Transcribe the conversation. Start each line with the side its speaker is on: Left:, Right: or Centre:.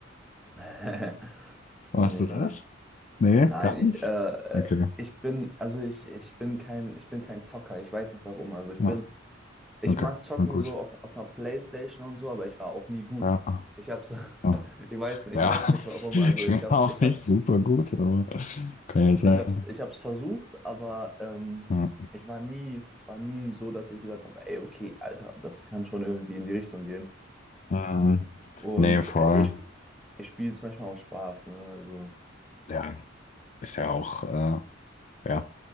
Centre: <laughs>
Left: <laughs> Warst
Centre: Nee,
Left: du das?
Centre: nee.
Left: Nee,
Centre: Nein,
Left: gar nicht?
Centre: ich, äh,
Left: Okay.
Centre: äh, ich bin, also ich, ich bin kein, ich bin kein Zocker. Ich weiß nicht warum. Also ich
Left: Ja,
Centre: bin, ich
Left: okay.
Centre: mag zocken
Left: Na gut.
Centre: so auf, auf einer Playstation und so, aber ich war auch nie gut.
Left: Ja,
Centre: Ich hab's, <laughs>
Left: ja.
Centre: ich weiß nicht,
Left: Ja.
Centre: ich weiß nicht warum.
Left: <laughs>
Centre: Also
Left: Ich
Centre: ich
Left: bin
Centre: hab,
Left: auch
Centre: ich
Left: nicht
Centre: hab,
Left: super gut, aber kann ja sein.
Centre: ich hab's, ich hab's versucht, aber ähm,
Left: Ja.
Centre: ich war nie, ich war nie so, dass ich gesagt habe, ey, okay, Alter, das kann schon irgendwie in die Richtung gehen.
Left: Ähm,
Centre: Und
Left: Nee, voll.
Centre: äh, ich, ich spiele es manchmal auch Spaß, ne? Also
Left: Ja, ist ja auch, äh, ja.